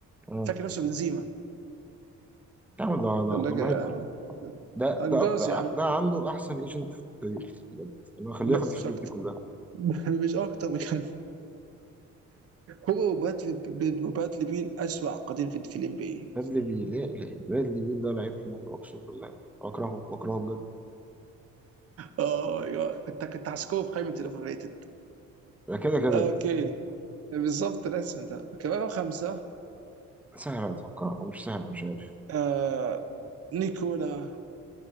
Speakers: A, in the centre; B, on the right.
A: آه.
B: فاكر نفسه بنزيما
A: يا عم ده
B: قال
A: ده
B: لك
A: ده مهيطر
B: آه،
A: ده
B: انجاز
A: ده أك-
B: يا عم
A: ده عنده احسن ايجنت في التاريخ بجد انا هخليه
B: بس
A: ياخد الفلوس
B: مش اكتر
A: دي كلها
B: <laughs> <applause> مش اكتر بجد هو وبادلي بادلي بيل اسوأ عقدين في في الام بي
A: برادلي بيل يا الهي برادلي بيل ده لعيب حلو اقسم بالله بكرهه بكرهه بجد
B: اه يا- كنت كنت هسكوه في قائمه الاوفر ريتد
A: ده كده كده
B: اوكي بالظبط الاسم ده اوكي رقم خمسه
A: سهل اتوقع ومش سهل مش عارف
B: آه نيكولا